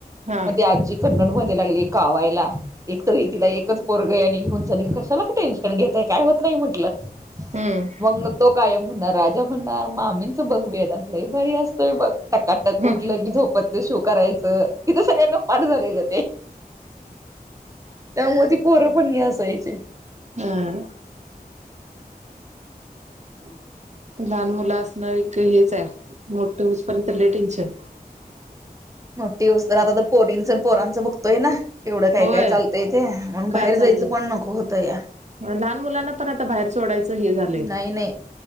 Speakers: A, on the right (about 45°); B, on the right (about 20°).
A: हा
B: मग ते आजी कन्नड मध्ये लागली कावायला. एकतरी तिला एकच पोरग आणि घेऊन चाली कशाला टेनशन घेताय काय होत नाही म्हटलं.
A: हम्म.
B: मग तो कायम म्हणणार राजा म्हणणार मामींच बघ वेदांत लई भारी असतोय बघ. टकाटक
A: ह
B: उठलं की झोपतच शू करायचं तिथं सगळ्यांना पाठ झालेलं ते. त्यामुळे ती पोरं पण लई हसायची.
A: हां. <inaudible> लहान मुलं असणं एक हेच आहे मोठ होऊसपर्यंत लंई टेन्शन.
B: मोठी होउस्तर आता तर पोरींच, पोरांच बघतोय ना. एवढं काय
A: होय
B: काय चालतंय ते आणि
A: काय
B: बाहेर
A: चाललंय
B: जायचं पण नको होतं या.
A: लहान मुलांना पण आता बाहेर सोडायचं हे झालंय
B: नाही नाही